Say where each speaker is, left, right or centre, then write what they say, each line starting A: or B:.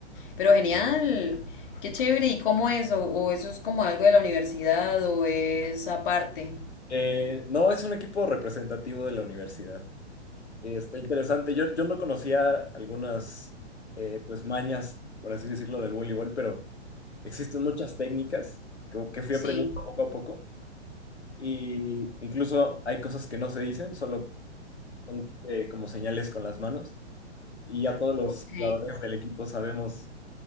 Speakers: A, on the left; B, on the left.
A: Pero genial. Qué chévere. ¿Y cómo es? ¿O, o eso es como algo de la universidad o es aparte?
B: Eh, no, es un equipo representativo de la universidad. Eh, Está interesante. Yo, yo no conocía algunas eh, pues mañas, por así decirlo, del voleibol, pero existen muchas técnicas que, que fui
A: Sí.
B: aprendiendo poco a poco. Y incluso hay cosas que no se dicen, solo son eh, como señales con las manos. Y ya todos los
A: Ok.
B: jugadores del equipo sabemos,